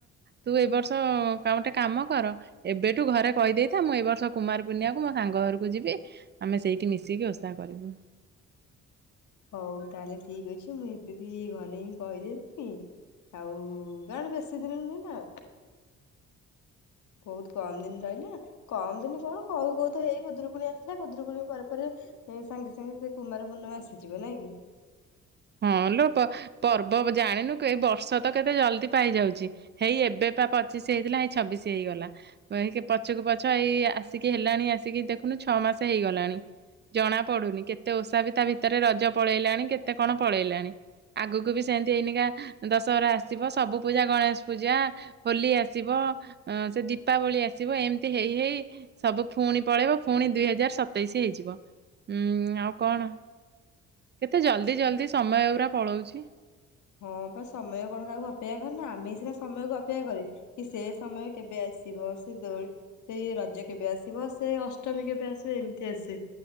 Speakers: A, on the right; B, on the left.
A: ତୁ ଏଇ ବର୍ଷ କଣ ଗୋଟେ କାମ କର ଏବେଠୁ ଘରେ କହିଦେଇଥା ମୁଁ ଏ ବର୍ଷ କୁମାର ପୁର୍ଣିମା କୁ ମୋ ସାଙ୍ଗ ଘର କୁ ଯିବି ଆମେ ସେଇଠି ମିଶିକି ଓଷା କରିବୁ।
B: ହଉ ତାହେଲେ ଠିକ ଅଛି ମୁଁ ଏବେ ବି ଘରେ ହିଁ କହିଦଉଚି। ଆଉ କଣ ବେଶୀ ଦୂର ନୁହେଁ ନା? ବହୁତ କମ ଦିନ ରହିଲା କମ ଦିନ କଣ କୋଉ କୋଉ ତ ହେଇ ଖୁଦୁରୁକୁଣୀ ଆସିଲା ଖୁଦୁରୁକୁଣୀ ପରେ ପରେ ଏ ସାଙ୍ଗେ ସାଙ୍ଗେ ସେ କୁମାରପୂର୍ଣ୍ଣମା ଆସିଯିବ ନାଇଁ କି?
A: ହଁ ଲୋ ପ ପର୍ବ ଜାଣିନୁ କି ଏ ବର୍ଷ ତ କେତେ ଜଲଦି ପାଇଯାଉଛି। ହେଇ ଏବେ ପା ପଚିଶି ହେଇଥିଲା ହେଇ ଛବିଶି ହେଇଗଲା। ଏହିଁକି ପଛୁକୁ ପଛ ଏଇ ଆସିକି ହେଲାଣି ଆସିକି ଦେଖୁନୁ ଛଅ ମାସେ ହେଇଗଲାଣି। ଜଣା ପଡୁନି କେତେ ଓଷା ବି ତା ଭିତରେ ରଜ ପଳେଇଲାଣି କେତେ କଣ ପଳେଇଲାଣି। ଆଗକୁ ବି ସେମତି ଏଇନିକା ଦଶହରା ଆସିବ ସବୁ ପୂଜା ଗଣେଶ ପୂଜା ହୋଲି ଆସିବ ଆଁ ସେ ଦୀପାବଳି ଆସିବ ଏମିତି ହେଇ ହେଇ ସବୁ ପୁଣି ପଳେଇବ ପୁଣି ଦୁଇ ହଜାର ସତେଇଶି ହେଇଯିବ ଉଁ ଆଉ କଣ। କେତେ ଜଲ୍ଦି ଜଲଦି ସମୟ ଉରା ପଳଉଛି।
B: ହଁ ପା ସମୟ କଣ କାହାକୁ ଅପେକ୍ଷା କରେ ନା ଆମେ ସିନା ସମୟ କୁ ଅପେକ୍ଷା କରେ। କି ସେ ସମୟ କେବେ ଆସିବ ସେ ଦୋ ସେଇ ରଜ କେବେ ଆସିବ ସେ ଅଷ୍ଟମୀ କେବେ ଆସିବ ଏମିତି ଆସେ।